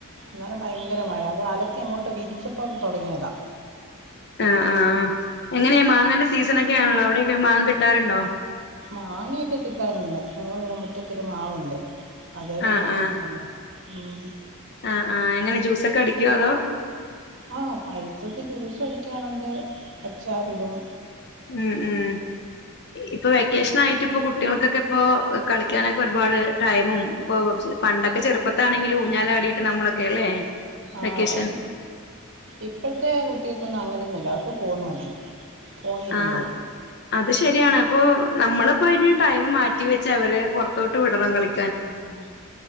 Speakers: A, on the right (about 60°); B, on the left (about 55°).
A: അന്നരം ഭയങ്കര മഴ അത് അലക്കി അങ്ങോട്ട് വിരിച്ചപ്പം തുടങ്ങിയതാ
B: ആഹ് ആഹ് എങ്ങനെയാ മാങ്ങന്റെ സീസൺനൊക്കെ ആണല്ലോ അവിടെക്കെ മാങ്ങ കിട്ടാറുണ്ടോ
A: മാങ്ങയൊക്കെ കിട്ടാനുണ്ട് ഞങ്ങിവിടെ മുറ്റത്തൊരു മാവുണ്ട് അതേല്
B: ആഹ്
A: നറച്ച്
B: ആഹ്
A: മാങ്ങയാ ഉം
B: ആഹ് ആ ഹ് എങ്ങനെ ജ്യൂസൊക്കെ അടിക്കോ അതോ
A: ആഹ് പഴുത്തത്ത് ജ്യൂസ് അടിക്കാറുണ്ട് അച്ചാറിടും
B: ഉം ഉം ഇപ്പൊ വെക്കേഷൻ ആയിട്ട് ഇപ്പൊ കുട്ടികൾക്കൊക്കെ ഇപ്പൊ കളിക്കാനൊക്കെ ഒരുപാട് ടൈമും ഇപ്പൊ പണ്ടൊക്കെ ചെറുപ്പത്താണെങ്കിൽ ഊഞ്ഞാല ആടിയിട്ട് നമ്മളൊക്കെ അല്ലേ
A: ആഹ്
B: വെക്കേഷൻ
A: പക്ഷെ ഇപ്പോഴത്തെ കുട്ടികൾക്കൊന്നും അങ്ങനൊന്നുമല്ല അവർക്ക് ഫോൺ മതി ഫോണിൽ ഇരുന്നോളും
B: ആഹ് അത് ശരിയാണ് അപ്പൊ നമ്മളിപ്പോ അയിനു ടൈം മാറ്റി വെച്ച് അവര് പുറത്തോട്ട് വിടണം കളി
A: ആ ഹ്